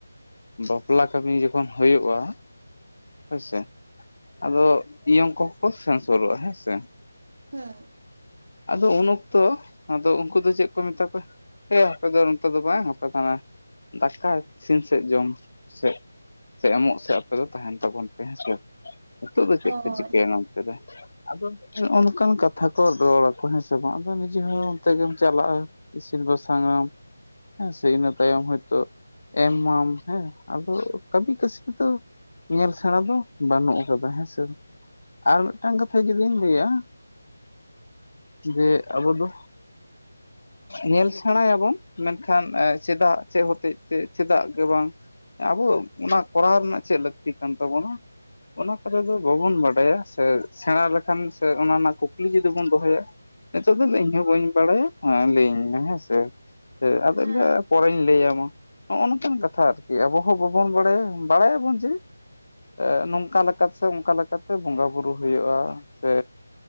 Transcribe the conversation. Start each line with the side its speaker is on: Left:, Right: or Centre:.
Left: ᱵᱟᱯᱞᱟ ᱠᱟᱹᱢᱤ ᱡᱚᱠᱷᱚᱱ ᱦᱩᱭᱩᱜᱳᱜᱼᱟ ᱦᱳᱭᱥᱮ ᱟᱫᱚ ᱤᱭᱚᱝ ᱠᱚᱦᱚᱸ ᱠᱚ ᱥᱮᱱ ᱥᱩᱨᱚᱜᱼᱟ ᱦᱮᱸ ᱥᱮ
Right: ᱦᱮᱸ
Left: ᱟᱫᱚ ᱩᱱ ᱚᱠᱛᱚ ᱟᱫᱚ ᱩᱱᱠᱩ ᱫᱚ ᱪᱮᱜ ᱠᱚ ᱢᱮᱛᱟ ᱠᱚᱣᱟ ᱦᱮ ᱟᱯᱮ ᱫᱚ ᱱᱚᱛᱮ ᱫᱚ ᱵᱟᱝ ᱟᱯᱮ ᱟᱱᱟ ᱫᱟᱠᱟ ᱤᱥᱤᱱ ᱥᱮᱫ ᱡᱚᱢ ᱥᱮᱫ ᱥᱮ ᱮᱢᱚᱜ ᱥᱮ ᱟᱯᱮ ᱫᱚ ᱛᱟᱦᱮᱱ ᱛᱟᱵᱚᱱ ᱯᱮ ᱦᱮᱸᱥᱮ ᱱᱤᱛᱚᱜ ᱫᱚ
Right: ᱦᱳᱭ.
Left: ᱪᱮᱜ ᱠᱚ ᱪᱤᱠᱟᱹᱭᱟ ᱱᱚᱱᱛᱮ ᱨᱮ ᱟᱫᱚ ᱱᱚᱝᱠᱟᱱ ᱠᱟᱛᱷᱟ ᱠᱚ ᱨᱚᱲ ᱦᱮᱸ ᱥᱮ ᱵᱟᱝ ᱟᱫᱚ ᱱᱤᱡᱮ ᱦᱚᱸ ᱚᱱᱛᱮ ᱜᱮᱢ ᱪᱟᱞᱟᱜᱼᱟ ᱤᱥᱤᱱ ᱵᱟᱥᱟᱝ ᱟᱢ ᱦᱮᱸ ᱥᱮ ᱤᱱᱟᱹ ᱛᱟᱭᱚᱢ ᱦᱚᱭᱛᱳ ᱮᱢᱼᱟᱢ ᱦᱮᱸ ᱟᱫᱚ ᱠᱟᱹᱢᱤ ᱠᱟᱹᱥᱤᱱ ᱫᱚ ᱧᱮᱞ ᱥᱮᱬᱟ ᱫᱚ ᱵᱟᱹᱱᱩᱜ ᱟᱠᱟᱫᱟ ᱦᱮᱸᱥᱮ ᱟᱨ ᱢᱤᱫᱴᱟᱝ ᱠᱟᱛᱷᱟ ᱡᱩᱫᱤᱧ ᱞᱟᱹᱭᱟ ᱡᱮ ᱟᱵᱚ ᱫᱚ
Right: <inaudible> <inaudible>
Left: ᱧᱮᱞ ᱥᱮᱬᱟᱭᱟᱵᱚᱱ ᱢᱮᱱᱠᱷᱟᱱ ᱪᱮᱫᱟᱜ ᱪᱮᱜ ᱦᱚᱛᱮᱡ ᱛᱮ ᱪᱮᱫᱟᱜ ᱜᱮ ᱵᱟᱝ ᱟᱵᱚ ᱚᱱᱟ ᱠᱚᱨᱟᱣ ᱨᱮᱱᱟᱜ ᱪᱮᱫ ᱞᱟᱹᱠᱛᱤ ᱠᱟᱱ ᱛᱟᱵᱚᱱᱟ ᱚᱱᱟ ᱠᱚᱨᱮ ᱫᱚ ᱵᱟᱵᱚᱱ ᱵᱟᱰᱟᱭᱟ ᱥᱮ ᱥᱮᱬᱟ ᱞᱮᱠᱷᱟᱱ ᱥᱮ ᱚᱱᱟ ᱨᱮᱱᱟᱜ ᱠᱩᱠᱞᱤ ᱡᱩᱫᱤ ᱵᱚᱱ ᱫᱚᱦᱚᱭᱟ ᱱᱤᱛᱚᱜ ᱫᱚ ᱤᱧ ᱦᱚᱸ ᱵᱟᱹᱧ ᱵᱟᱲᱟᱭᱟ ᱟᱨ ᱞᱟᱹᱭᱟᱹᱧ ᱢᱮ ᱦᱮᱸᱥᱮ ᱟᱫᱚ
Right: ᱦᱮᱸ,
Left: <unintelligible> ᱯᱚᱨᱮᱧ ᱞᱟᱹᱭ ᱟᱢᱟ ᱱᱚᱜᱼᱚ ᱱᱚᱝᱠᱟᱱ ᱠᱟᱛᱷᱟ ᱟᱨᱠᱤ ᱟᱵᱚ ᱦᱚᱸ ᱵᱟᱵᱚᱱ ᱵᱟᱲᱟᱭᱟ ᱵᱟᱲᱟᱭᱟᱵᱚᱱ ᱡᱮ ᱮ ᱱᱚᱝᱠᱟ ᱞᱮᱠᱟᱛ ᱥᱮ ᱚᱱᱠᱟ ᱞᱮᱠᱟᱛᱮ ᱵᱚᱸᱜᱟ ᱵᱩᱨᱩ ᱦᱩᱭᱩᱜᱼᱟ ᱥᱮ